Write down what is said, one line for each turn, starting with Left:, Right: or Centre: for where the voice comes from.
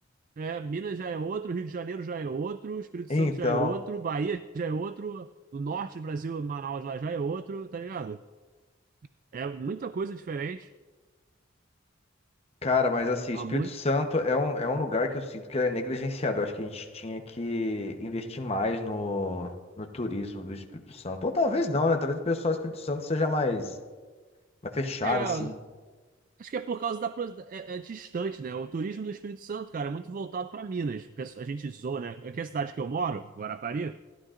Right: É, Minas já é outro. Rio de Janeiro já é outro. Espírito
Left: Então,
Right: Santo já é outro. Bahia já é outro. Do norte do Brasil, Manaus lá já é outro, tá ligado? É muita coisa diferente.
Left: cara, mas assim, Espírito
Right: Há muito.
Left: Santo é um, é um lugar que eu sinto que ele é negligenciado. Eu acho que a gente tinha que investir mais no, no turismo do Espírito Santo. Ou talvez não, né? Talvez o pessoal do Espírito Santo seja mais, mais fechado,
Right: É, acho
Left: assim,
Right: que é por causa da. pro- É, é distante, né? O turismo do Espírito Santo, cara, é muito voltado para Minas. Pesso- A gente zoa, né? Aqui a cidade que eu moro, Guarapari,